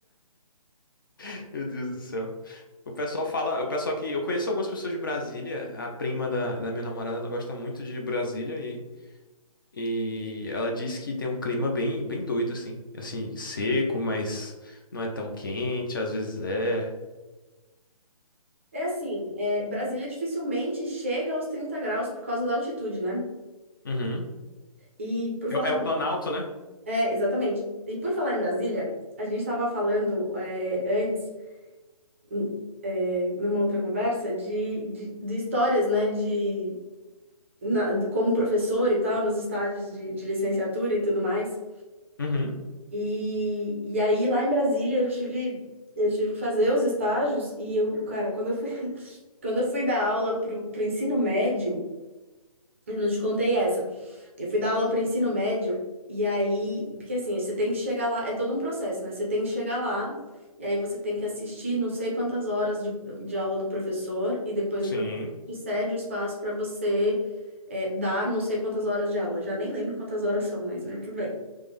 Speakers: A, on the left; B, on the right.
A: <laughs> Meu Deus do céu. O pessoal fala, o pessoal que eu conheço algumas pessoas de Brasília, a prima da, da minha namorada, ela gosta muito de Brasília e, e ela diz que tem um clima bem, bem doido assim, assim, seco, mas não é tão quente, às vezes é.
B: É assim, é, Brasília dificilmente chega aos 30 graus por causa da altitude, né?
A: Uhum.
B: E por
A: É,
B: falar
A: é
B: em...
A: o Planalto, né?
B: É, exatamente. E por falar em Brasília, a gente estava falando é, antes, n- é, numa outra conversa, de, de, de histórias, né? De, na- como professor e tal, nos estágios de, de licenciatura e tudo mais.
A: Uhum.
B: E, e aí, lá em Brasília, eu tive, eu tive que fazer os estágios e eu, cara, quando eu fui, <laughs> quando eu fui dar aula pro, pro ensino médio, eu não te contei essa. Eu fui dar aula para ensino médio, e aí, porque assim, você tem que chegar lá, é todo um processo, né? Você tem que chegar lá, e aí você tem que assistir não sei quantas horas de, de aula do professor, e depois
A: Sim.
B: o professor te cede o espaço para você é, dar não sei quantas horas de aula. Eu já nem lembro quantas horas são, mas né, tudo bem.